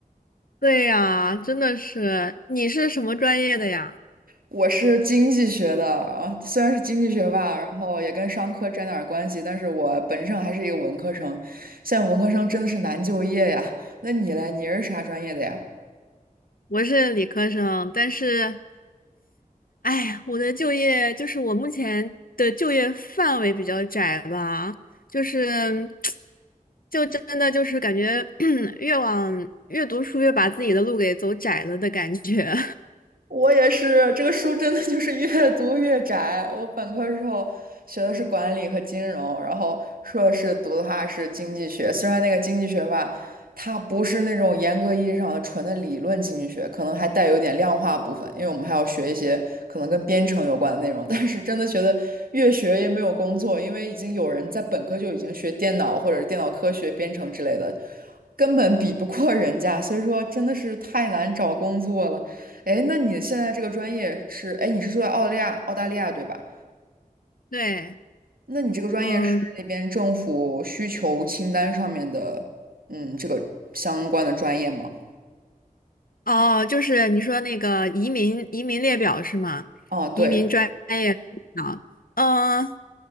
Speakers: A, on the left; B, on the right.
A: 对呀，真的是。你是什么专业的呀？
B: 我是经济学的啊，虽然是经济学吧，然后也跟商科沾点儿关系，但是我本质上还是一个文科生。现在文科生真的是难就业呀。那你嘞？你是啥专业的呀？
A: 我是理科生，但是，哎呀，我的就业就是我目前的就业范围比较窄吧，就是，<tsk> 就真的就是感觉 <clears throat> 越往越读书越把自己的路给走窄了的感觉。
B: 我也是，这个书真的就是 <laughs> 越读越窄。我本科时候学的是管理和金融，然后硕士读的话是经济学。虽然那个经济学吧，它不是那种严格意义上的纯的理论经济学，可能还带有点量化部分，因为我们还要学一些可能跟编程有关的内容。<laughs> 但是真的觉得越学越没有工作，因为已经有人在本科就已经学电脑或者是电脑科学、编程之类的，根本比不过人家，所以说真的是太难找工作了。哎，那你现在这个专业是，哎，你是住在澳大利亚，澳大利亚对吧？
A: <laughs> 对，
B: 那你这个专业是那边政府需求清单上面的，
A: 嗯。
B: 嗯，这个相关的专业吗？
A: 哦，就是你说那个移民移民列表是吗？
B: 哦，对，
A: 移民专业啊，嗯，